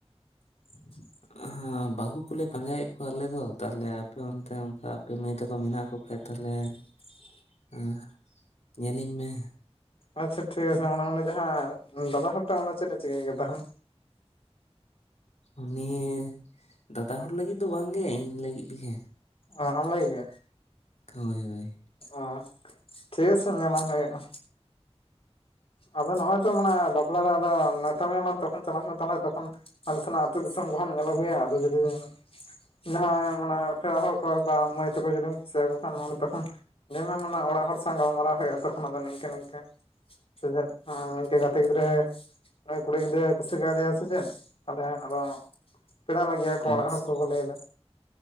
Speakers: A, on the left (about 55°); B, on the left (about 80°).
A: <inaudible>
B: ᱚᱸᱦᱚ ᱵᱟᱹᱦᱩ ᱠᱚᱞᱮ ᱯᱟᱸᱡᱟᱭᱮᱫ ᱠᱚᱣᱟ ᱟᱞᱮ ᱫᱚ ᱛᱟᱦᱞᱮ ᱟᱯᱮ ᱚᱱᱛᱮ ᱚᱱᱠᱟ ᱟᱯᱮ ᱢᱟᱹᱭ ᱛᱟᱠᱚ ᱢᱮᱱᱟᱜ ᱠᱚ ᱠᱷᱟᱡ ᱛᱟᱦᱞᱮ
A: <inaudible>
B: ᱦᱩᱸ ᱧᱮᱞᱤᱧ ᱢᱮ᱾
A: ᱟᱪᱪᱷᱟ ᱴᱷᱤᱠ ᱟᱪᱷᱮ ᱚᱱᱟ ᱢᱟᱱᱮ ᱡᱟᱦᱟᱸ ᱫᱟᱫᱟ ᱦᱚᱲ ᱴᱟᱜ ᱚᱱᱟ ᱪᱮᱫ ᱮ ᱪᱤᱠᱟᱹᱭ ᱜᱮ ᱛᱟᱦᱚᱞᱮ?
B: ᱩᱱᱤ ᱫᱟᱫᱟ ᱦᱚᱲ ᱞᱟᱹᱜᱤᱫ ᱫᱚ ᱵᱟᱝ ᱜᱮ ᱤᱧ ᱞᱟᱹᱜᱤᱫ ᱜᱮ᱾
A: ᱚᱸ ᱟᱢ ᱞᱟᱜᱤᱫ ᱜᱮ?
B: ᱦᱳᱭ ᱦᱳᱭ
A: ᱚᱸ ᱴᱷᱤᱠ ᱟᱪᱷᱮ ᱧᱮᱞᱟᱢ ᱦᱩᱭᱩᱜᱼᱟ ᱟᱫᱚ ᱱᱚᱜᱼᱚᱭ ᱛᱚ ᱢᱟᱱᱮ ᱵᱟᱼᱼ ᱼᱯᱞᱟ ᱫᱚ ᱟᱫᱚ ᱱᱮᱶᱛᱟ ᱢᱮᱭᱟᱞᱟᱝ ᱛᱚᱠᱷᱚᱱ ᱪᱟᱞᱟᱜ ᱢᱮ ᱛᱟᱦᱞᱮ ᱛᱚᱠᱷᱚᱱ ᱟᱞᱮ ᱥᱮᱱᱟᱜ ᱟᱹᱛᱩ ᱫᱤᱥᱚᱢ ᱠᱚᱦᱚᱸᱢ ᱧᱮᱞ ᱟᱹᱜᱩᱭᱟ ᱟᱫᱚ ᱡᱩᱫᱤ ᱵᱮᱱ ᱡᱟᱦᱟᱸᱭ ᱢᱟᱱᱮ ᱯᱮᱲᱟ ᱦᱚᱲ ᱠᱚ ᱵᱟ ᱢᱟᱹᱭ ᱛᱟᱠᱚ ᱡᱩᱫᱤᱢ ᱠᱩᱥᱤ ᱟᱠᱚ ᱠᱷᱟᱱ ᱱᱚᱰᱮ ᱛᱚᱠᱷᱚᱱ ᱞᱟᱹᱭ ᱢᱮ ᱢᱟᱱᱮ ᱚᱲᱟᱜ ᱦᱚᱲ ᱥᱟᱶ ᱜᱟᱞᱢᱟᱨᱟᱣ ᱦᱩᱭᱩᱜᱼᱟ ᱛᱚᱠᱷᱚᱱ ᱟᱫᱚ ᱱᱤᱝᱠᱟᱹ ᱱᱤᱝᱠᱟᱹ ᱥᱮ ᱪᱮᱫ ᱮᱸ ᱱᱤᱝᱠᱟᱹ ᱜᱟᱛᱮ ᱜᱤᱫᱽᱨᱟᱹ ᱩᱱᱤ ᱠᱩᱲᱤ ᱜᱤᱫᱽᱨᱟᱹᱭ ᱠᱩᱥᱤ ᱠᱟᱣ ᱫᱮᱭᱟ ᱥᱮ ᱪᱮᱫ ᱛᱟᱦᱞᱮ ᱟᱫᱚ ᱯᱮᱲᱟ ᱞᱟᱜᱤᱜᱼᱟᱠᱚ
B: ᱟᱪᱪᱷᱟ
A: ᱚᱲᱟᱜ ᱦᱚᱲ ᱠᱚᱠᱚ ᱞᱟᱹᱭ ᱮᱫᱟ